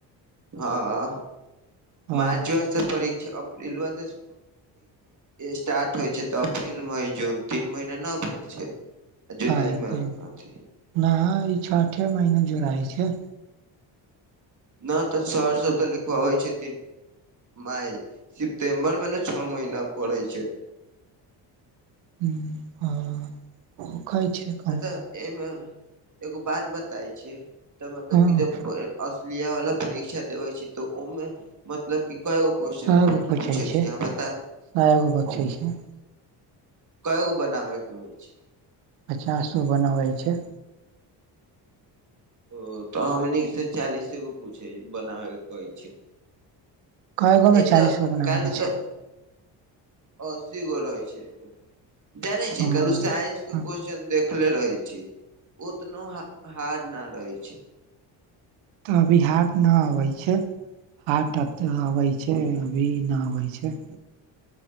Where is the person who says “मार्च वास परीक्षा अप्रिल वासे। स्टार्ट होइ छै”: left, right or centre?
Right